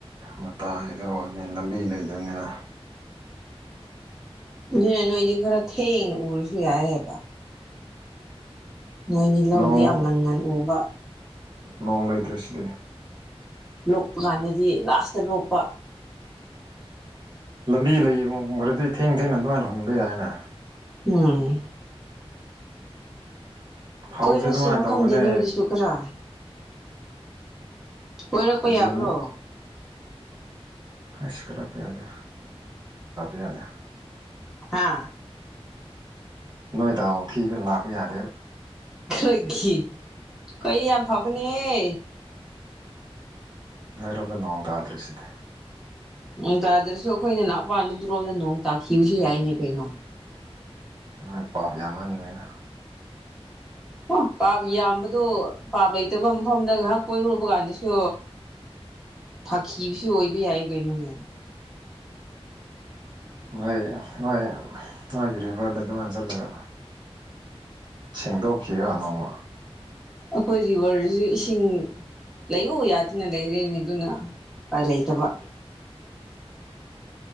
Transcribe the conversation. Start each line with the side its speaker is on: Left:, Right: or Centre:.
Right: ꯃꯇꯥꯏꯗ ꯑꯣꯏꯕꯅꯤꯅ ꯂꯝꯕꯤ ꯂꯩꯗꯝꯅꯤꯅ
Centre: ꯑꯗꯨꯗꯤ ꯅꯣꯏꯗꯤ ꯈꯔ ꯊꯦꯡꯅ ꯎꯔꯁꯨ ꯌꯥꯏꯌꯦꯕ ꯅꯣꯏꯗꯤ ꯂꯧꯗꯤ
Right: ꯅꯣꯡ
Centre: ꯌꯥꯝ ꯉꯟ ꯉꯟ ꯎꯕ
Right: ꯅꯣꯡ ꯂꯩꯇ꯭ꯔ ꯁꯤꯗꯤ
Centre: ꯂꯣꯛꯄ ꯀꯥꯟꯗꯗꯤ ꯂꯥꯁꯇ ꯂꯣꯛꯄ
Right: ꯂꯝꯕꯤ ꯂꯩꯈꯤꯕ ꯃ ꯑꯣꯏꯔꯗꯤ ꯊꯦꯡ ꯊꯦꯡꯅ ꯑꯗꯨꯃꯥꯏꯅ ꯍꯨꯟꯕ ꯌꯥꯏꯅ
Centre: ꯎꯝ
Right: ꯐꯧꯁꯦ
Centre: ꯀꯣꯏꯔꯁꯤꯔꯥ
Right: ꯑꯗꯨꯃꯥꯏꯅ ꯇꯧꯕꯅꯦ
Centre: ꯈꯪꯗꯦ ꯅꯣꯏꯗꯨꯁꯨ ꯈꯔ ꯀꯣꯏꯔꯛꯄ
Right: ꯖꯨꯟ
Centre: ꯌꯥꯕ꯭ꯔꯣ
Right: ꯑꯁ ꯐꯔꯄ ꯌꯥꯗꯦ <unintelligible> ꯌꯥꯗꯦ
Centre: ꯍꯥ
Right: ꯅꯣꯏ ꯗꯥꯎ ꯊꯤꯕ ꯂꯥꯛꯄ ꯌꯥꯗꯦ
Centre: ꯑꯩ ꯈꯣꯢꯗꯤ ꯌꯥꯝ ꯐꯕꯅꯦꯍꯦ
Right: ꯅꯣꯏ ꯔꯣꯝꯗ ꯅꯣꯡ ꯇꯥꯗ꯭ꯔꯤꯁꯤꯗꯤ
Centre: ꯅꯣꯡ ꯇꯥꯗ꯭ꯔꯁꯨ ꯑꯩꯈꯣꯏꯅꯤ ꯅꯥꯄꯥꯟꯗ ꯑꯗꯨꯔꯣꯝꯗ ꯅꯣꯡ ꯇꯥꯈꯤꯕꯁꯨ ꯌꯥꯏꯅꯦ ꯀꯩꯅꯣ
Right: ꯍꯣꯏ ꯄꯥꯞ ꯌꯥꯝꯍꯟꯒ꯭ꯔꯦꯅ
Centre: ꯑꯣ ꯄꯥꯞ ꯌꯥꯝꯕꯗꯣ ꯄꯥꯞ ꯂꯩꯇꯕ ꯃꯐꯝꯗ ꯉꯥꯏꯍꯥꯛ ꯀꯣꯏꯔꯨꯕ ꯀꯥꯟꯗꯁꯨ ꯐꯥꯈꯤꯕꯁꯨ ꯑꯣꯏꯕ ꯌꯥꯏ ꯀꯩꯅꯣꯅꯦ
Right: ꯃꯣꯏ ꯅꯣꯏ ꯅꯣꯏꯒꯤ ꯔꯤꯚꯔꯗ ꯑꯗꯨꯃꯥꯟ ꯆꯠꯂꯒ ꯁꯦꯡꯗꯣꯛꯈꯤꯕ ꯅꯣꯡꯃ
Centre: ꯑꯩꯈꯣꯏ ꯚꯔꯁꯨ ꯏꯁꯤꯡ ꯂꯩꯌꯎ ꯌꯥꯗꯅ ꯂꯩꯔꯦꯅꯦ ꯑꯗꯨꯅ ꯂꯩꯇꯕ